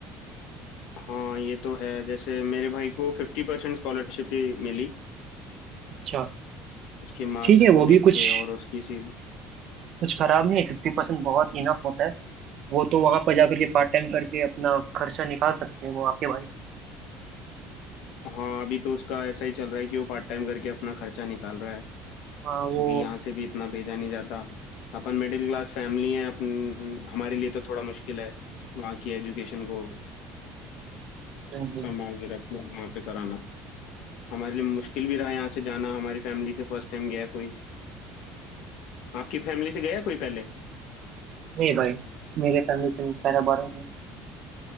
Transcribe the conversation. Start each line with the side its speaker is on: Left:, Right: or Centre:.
Left: हाँ ये तो है जैसे मेरे भाई को फिफ्टी परसेंट स्कॉलरशिप ही मिली
Right: अच्छा
Left: उसके मार्क्स
Right: ठीक है
Left: को
Right: वो भी
Left: देख
Right: कुछ
Left: के और उसकी सी
Right: कुछ खराब नहीं है फिफ्टी परसेंट बहुत इनफ होता है वो तो वहां पर जाकर के पार्ट टाइम करके अपना खर्चा निकाल सकते हैं वो आपके भाई
Left: हाँ अभी तो उसका ऐसा ही चल रहा है कि वो पार्ट टाइम करके अपना खर्चा निकाल रहा है
Right: हाँ
Left: क्योंकि
Right: वो
Left: यहाँ से भी इतना भेजा नहीं जाता अपन मिडिल क्लास फैमिली है अपन हमारे लिए तो थोड़ा मुश्किल है वहाँ की एजुकेशन को
Right: नहीं नहीं,
Left: संभाल के रखना वहाँ पे कराना हमारे लिए मुश्किल भी रहा यहाँ से जाना हमारी फैमिली से फर्स्ट टाइम गया कोई आपकी फैमिली से गया कोई पहले
Right: नहीं भाई मेरे फैमिली में पैरा बारह है